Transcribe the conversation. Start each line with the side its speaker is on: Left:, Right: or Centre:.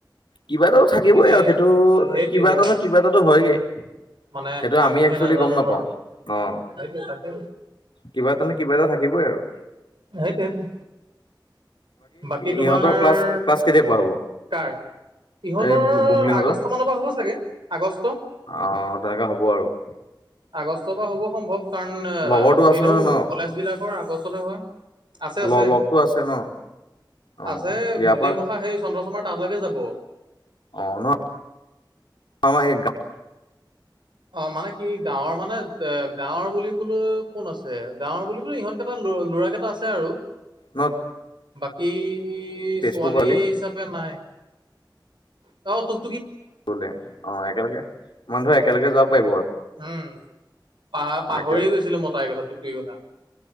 Left: কিবা এটাতো থাকিবই
Right: এনেই
Left: আৰু সেইটো
Right: সেইটোৱে
Left: কিবা
Right: সেইটোৱে
Left: এটা নহয় কিবা এটাতো হয়গেই
Right: মানে
Left: সেইটো
Right: আমিহে
Left: আমি একচুৱেলি
Right: নাজানো
Left: গম নাপাও
Right: ধৰ
Left: অহ
Right: সেইটোৱে তাকে
Left: কিবা এটানো কিবা এটা থাকিবই আৰু <unintelligible>
Right: সেইটোৱেই বাকী তোমাৰ
Left: ইহঁতৰ ক্লাছ ক্লাছ কেতিয়াৰ পৰা হ'ব
Right: কাৰ ইহঁতৰ
Left: এই বুমলিহঁতৰ
Right: আগষ্ট মানৰ পৰা হ'ব চাগে আগষ্ট
Left: অ তেনেকা হ'ব আৰু
Right: আগষ্টৰ পৰা হ'ব সম্ভৱ কাৰণ
Left: লগৰটো আছে
Right: এনেও
Left: নহয় ন
Right: কলেজ বিলাকৰ আগষ্টতে হয় আছে
Left: ল
Right: আছে
Left: লগতটো আছে ন অ
Right: আছে
Left: ইয়াৰ
Right: গোটেইমখা
Left: পৰা
Right: সেই চন্দ্ৰশৰ্মাৰ তালালৈকে যাব
Left: অ নহয় আমাৰ এই গাৱ <unintelligible>
Right: অ মানে কি গাঁৱৰ মানে এ গাঁৱৰ বুলিবলৈ কোন আছে গাঁৱৰ বুলিবোলে ইহঁত কেইটা ল ল'ৰা কেইটা আছে আৰু
Left: ন
Right: বাকী
Left: তেজপুৰ
Right: ছোৱালী
Left: খৰালি
Right: হিচাপে নাই অ তোক
Left: বোলে অ একেলগে, বন্ধু একেলগে যাব পাৰিম
Right: উম পাহ পাহৰিয়ে
Left: একে
Right: গৈছিলো মতাই এই কথা টুপিই কথা